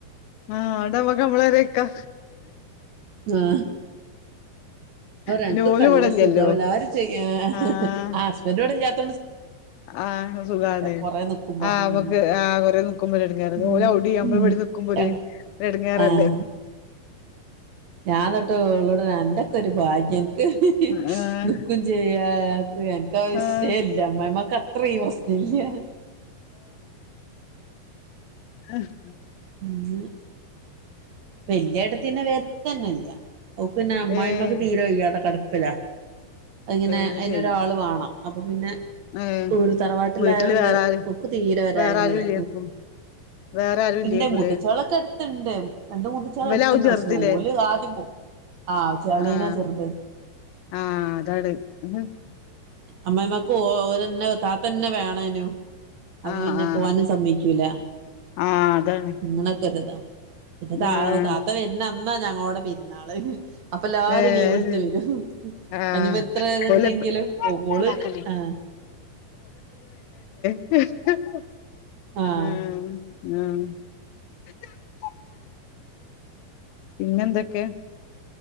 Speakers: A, on the left; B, on the right.
A: ആആടെ നമ്മളെ പോരേൽ നിക്കാ
B: ആ
A: പിന്നെ
B: അന്ക്കൊക്കെ
A: ഓല്
B: നല്ല
A: ഇവടല്ലല്ലോ
B: സുഖവും എല്ലാരും ചോയ്ക്ക
A: ആഹ്
B: ആ ഹസ്ബൻഡോടെല്ലത്തെ
A: ആഹ് സുഖാണ്
B: പൊറേ നിക്കുമ്പോ
A: ആ
B: ഉം
A: അവക്ക് ആ കുറെ നിക്കുമ്പല എടങ്ങേറ്
B: ഉം
A: ഓൽ അവിടിം നമ്മള്
B: ഉം
A: വിടെനിക്കുമ്പോര് ഒരു ഇടങ്ങേറല്ലേ
B: ആഹ് ഞാൻ ന്നിട്ട് ഓളോട് അന്റെക്കൊരു ഭാഗ്യം എനിക്ക്
A: ആഹ്
B: ന്തും ചെയ്യാ നിനക്ക വിശയവില്ല
A: ആഹ്
B: അമ്മായമ്മക്ക അത്രയും പ്രശ്നല്ല്യ
A: അഹ്
B: പിന്ന വല്യെട്ടത്തിപിന്നെ വെര്ത്തന്നല്ല്യ ഓക്ക് പിന്നെ അമ്മായിമ്മക്ക്
A: ഏഹ്
B: തീരെ വയ്യതെ കട <unintelligible> അങ്ങനെ
A: അത്
B: അതിനൊരാള്
A: ശരി
B: വേണം അപ്പൊ പിന്നെ
A: ഏഹ്
B: ഓര് തറവാട്ടിലായോണ്ട്
A: വീട്ടില് വേറെ ആര്
B: ഓക്ക് തീരെ വരാൻ
A: വേറെ
B: കയ്യില്ല
A: ആരും ഇല്ലേക്കും വേറെ ആരും ഇല്ലേക്കൂലേ
B: ണ്ട് മുത്തചോളൊക്കെ അട്ത്തിണ്ട് രണ്ട് മുത്തച്ചാളൊക്കെ
A: ഇവലാവും
B: അട്ത്തിണ്ട്
A: ചെറുതില്ലേ
B: പക്ഷേ ഓല് ആദ്യം പോവും ആഹ് ചളിയനാ
A: ആഹ്
B: ചെറുത്
A: ആഹ് അതാണ് ആഹ്
B: അമ്മായമ്മാക്ക് ഓരന്നെ താത്തന്നെ വേണേനു അപ്പൊ
A: ആഹ്
B: പിന്നെ പോവാനും സമ്മയ്ക്കൂല
A: ആഹ് അതാണ്
B: അങ്ങനൊക്കൊരിതാ പിന്നെ ത
A: ഏഹ്
B: താത്ത വരുന്ന ന്നാ ഞങ്ങളോടെ പിരുന്നാള് അപ്പൊ എല്ലാരും
A: ഏഹ്
B: ലീവ്
A: അത്
B: എടുത്ത്
A: ശരി
B: വരും
A: ആഹ്
B: അനിപ്പോ എത്ര ഏതുണ്ടെങ്കിലും
A: ഓല്
B: പോള്ന്നെ
A: ഇതാക്കല്ലേ
B: ആഹ്
A: മ്മ്
B: ആഹ്
A: മ്മ് പിന്നെന്തൊക്കെ